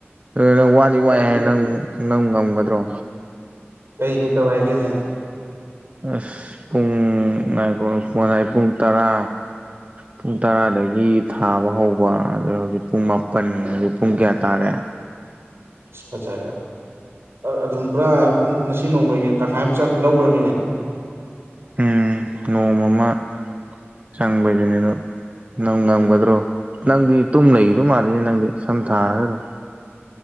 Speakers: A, on the right; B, on the right.
A: ꯅꯪ ꯋꯥꯗꯤ ꯋꯥꯏ ꯍꯥꯏ ꯅꯪ ꯅꯪ ꯉꯝꯒꯗ꯭ꯔꯣ
B: ꯀꯩ ꯀꯩ ꯇꯧꯏ ꯍꯥꯏꯒꯦꯅꯦ
A: ꯑꯁ ꯄꯨꯡ ꯉꯥꯢꯈꯣ ꯄꯨꯡ ꯇꯔꯥ
B: <inaudible>
A: ꯄꯨꯡ ꯇꯔꯥꯗꯒꯤ ꯊꯥꯕ ꯍꯧꯕ ꯑꯗꯣ ꯍꯧꯖꯤꯛ ꯄꯨꯡ ꯃꯥꯄꯟ ꯍꯧꯖꯤꯛ ꯄꯨꯡ ꯀꯌꯥ ꯇꯥꯔꯦ
B: ꯑꯁ ꯐꯖꯔꯦ ꯑꯗꯨꯝ ꯄꯨꯔꯥ ꯉꯁꯤ ꯅꯣꯡꯃꯒꯤ ꯇꯪꯈꯥꯏ ꯑꯃ ꯆꯠ ꯂꯧꯔꯃꯤꯅꯦ
A: ꯎꯝ ꯅꯣꯡꯃ ꯑꯃ ꯆꯪꯕ ꯗꯨꯅꯤ ꯑꯗꯣ ꯅꯪ ꯉꯝꯒꯗ꯭ꯔꯣ ꯅꯪꯗꯤ ꯇꯨꯝ ꯂꯩꯒꯤꯗꯧ ꯃꯥꯜꯂꯤꯅꯦ ꯅꯪꯗꯤ ꯁꯝ ꯊꯥꯔꯒ ꯑꯗꯨꯝ